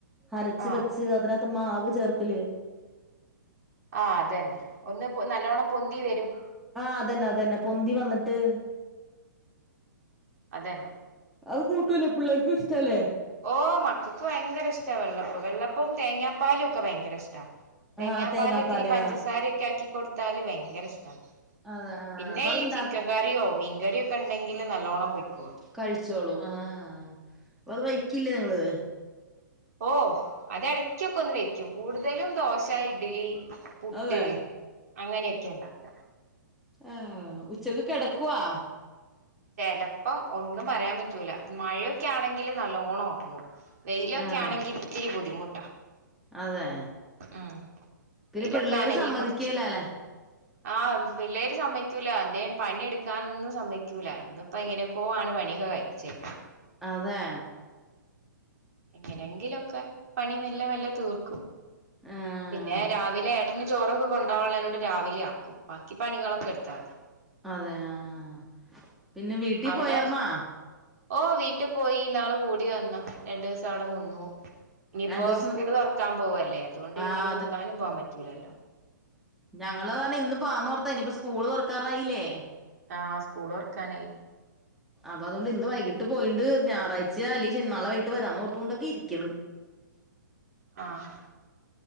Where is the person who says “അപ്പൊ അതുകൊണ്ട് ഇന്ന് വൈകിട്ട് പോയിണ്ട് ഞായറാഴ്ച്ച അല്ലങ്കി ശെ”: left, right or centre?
Centre